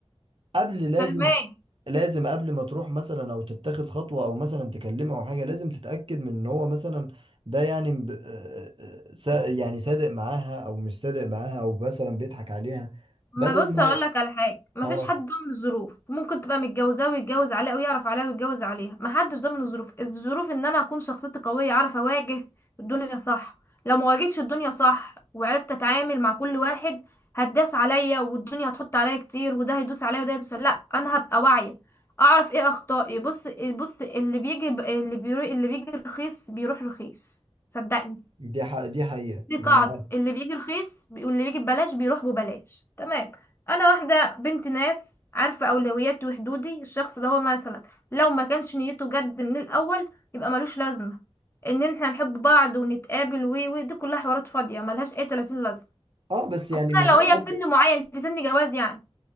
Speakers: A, on the right; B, on the left.
A: قبل لازم
B: فاهمة
A: لازم قبل ما تروح مثلا او تتخذ خطوه او مثلا تكلمه او حاجه لازم تتاكد من ان هو مثلا ده يعني ب... آه، آه، سا... يعني صادق معاها او مش صادق معاها او مثلا بيضحك عليها
B: ما
A: بدل
B: بص
A: ما
B: اقول
A: هي...
B: لك على حاجه ما
A: اه
B: فيش حد ضامن الظروف ممكن تبقى متجوزاه ويتجوز عليها ويعرف عليها ويتجوز عليها ما حدش ضامن الظروف الظروف ان انا اكون شخصيتي قويه اعرف اواجه الدنيا صح لو ما واجهتش الدنيا صح وعرفت اتعامل مع كل واحد هتداس عليا والدنيا هتحط عليا كتير وده هيدوس عليا وده هيدوس عليا. لا انا هبقى واعيه اعرف ايه اخطائي بص بص اللي بيجي اللي بيروح اللي بيجي رخيص بيروح رخيص صدقني
A: دي ح... دي حقيقه
B: دي
A: ما
B: قاعدة
A: انا عارف
B: اللي بيجي رخيص بي- واللي بيجي ببلاش بيروح ببلاش تمام انا واحدة بنت ناس عارفة اولوياتي وحدودي الشخص ده هو مثلا لو ما كانش نيته جد من الاول يبقى ملوش لازمة ان احنا نحب بعض ونتقابل و و دي كلها حوارات فاضية ملهاش اي 30 لازمة
A: اه بس يعني
B: خصوصا
A: ما فيش
B: لو هي
A: حد
B: في سن معين في سن جواز يعني